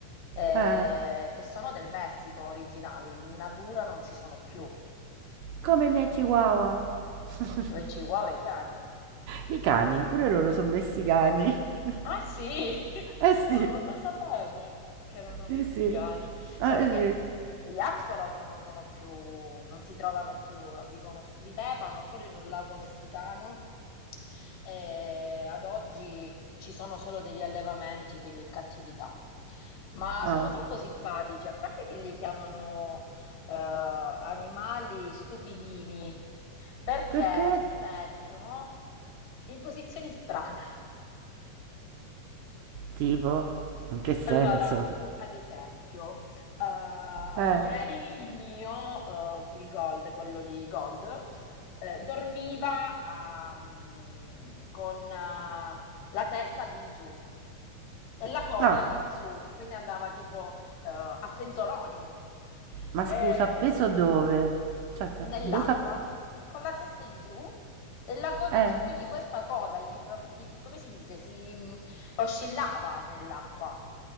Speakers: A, on the left (about 70°); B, on the right (about 75°).
A: eh,
B: Eh,
A: che sono del Messico originali, in natura non ci sono più.
B: come i miei chihuahua. <laughs>
A: I tuoi chihuahua e i cani.
B: I cani, pure loro sono messi cani. <laughs>
A: Ah sì, <laughs>
B: Eh sì,
A: oh, non lo sapevo che erano messicani,
B: sì sì, eh
A: solo che
B: sì.
A: gli axolot non sono più, non si trovano più, vivono- vivevano solo in un lago messicano e ad oggi ci sono solo degli allevamenti, quindi in cattività. Ma
B: Ah,
A: sono troppo simpatici, a parte che li chiamano eh, animali stupidini, perché
B: perché?
A: si mettono in posizioni strane.
B: Tipo, in che senso?
A: Allora, ad esempio, eh,
B: Eh,
A: ieri il mio, eh, il Gold, quello lì, Gold, eh, dormiva ah, mm, con ah, la testa all'ingiù e la coda
B: no,
A: all'insù, quindi andava tipo eh, a penzoloni.
B: ma
A: E
B: scusa, appeso dove? Cioè, da-
A: nell'acqua
B: dove s'ha...
A: con la testa in giù e la coda
B: Eh,
A: in su, quindi questa coda gli, fran- gli- come si dice, si mh, oscillava nell'acqua.